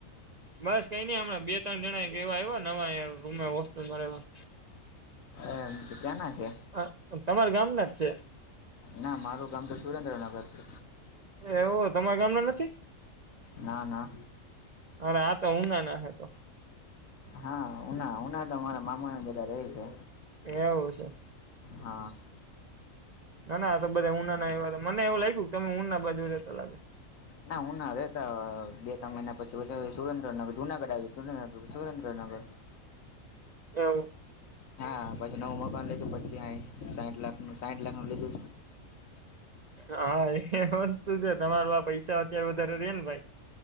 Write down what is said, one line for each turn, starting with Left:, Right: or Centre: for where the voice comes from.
Right: બસ કંઈ નઈ, હમણાં બે તણ જણા એક એવા આયવા નવા અહિંયા રૂમે હોસ્ટેલ માં રહેવા.
Left: એમ. તે ક્યાં ના છે?
Right: આ તમાર ગામ ના જ છે.
Left: ના, મારું ગામ તો સુરેન્દ્રનગર છે.
Right: એવું. તમારા ગામના નથી?
Left: ના ના
Right: અરે આ તો ઊનાના હે. તો
Left: હા, ઉના-ઉના, તો મારા મામા ને બધા રેય હે.
Right: એવું સે.
Left: હા.
Right: ના, ના આ તો બધાય ઊના ના આયવા, તો મને એવું લાયગું તમે ઊના બાજું રેતા લાગે.
Left: ના ઉના રહેતા, બે તણ મહિના પછી વધારે સુરેન્દ્રનગર, જુનાગઢ આવી, <unintelligible> સુરેન્દ્રનગર
Right: એવું.
Left: હા પછી નવું મકવાનું લીધું પછી આ સાઠ લાખ નું સાઈઠ લાખનુ લીધુ
Right: હા એ વસ્તુ છે. તમાર આ પૈસા અત્યારે વધારે રે ને ભાઈ